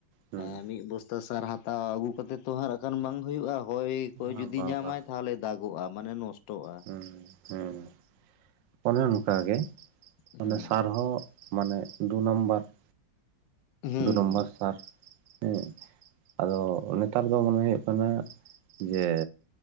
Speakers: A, on the right (about 75°); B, on the left (about 80°).
A: ᱦᱩᱸ
B: ᱮ ᱢᱤᱫ ᱵᱚᱥᱛᱟ ᱥᱟᱨ ᱦᱟᱛᱟᱣ ᱟᱹᱜᱩ ᱠᱟᱛᱮᱫ ᱛᱚ ᱦᱟᱸᱜ ᱟᱨ ᱟᱠᱷᱟᱱ ᱵᱟᱝ ᱦᱩᱭᱩᱜᱼᱟ ᱾ ᱦᱚᱭ ᱠᱚ
A: ᱵᱟᱝ
B: ᱡᱩᱫᱤ
A: ᱵᱟᱝ
B: ᱧᱟᱢᱟᱭ
A: ᱵᱟᱝ
B: ᱛᱟᱦᱚᱞᱮ ᱫᱟᱜᱚᱜᱼᱟ ᱢᱟᱱᱮ ᱱᱚᱥᱴᱚᱜᱼᱟ ᱾
A: ᱦᱩᱸ ᱦᱩᱸ ᱚᱱᱮ ᱚᱱᱠᱟ ᱜᱮ
B: ᱦᱩᱸ
A: ᱟᱱᱮ ᱥᱟᱨ ᱦᱚᱸ ᱢᱟᱱᱮ ᱫᱩ ᱱᱟᱢᱵᱟᱨ ᱾
B: ᱦᱩᱸ
A: ᱫᱩ ᱱᱚᱢᱵᱚᱨ
B: ᱦᱩᱸ
A: ᱥᱟᱨ, ᱦᱮᱸ ᱾ ᱟᱫᱚ ᱱᱮᱛᱟᱨ ᱫᱚ ᱢᱚᱱᱮ ᱦᱩᱭᱩᱜ ᱠᱟᱱᱟ ᱡᱮ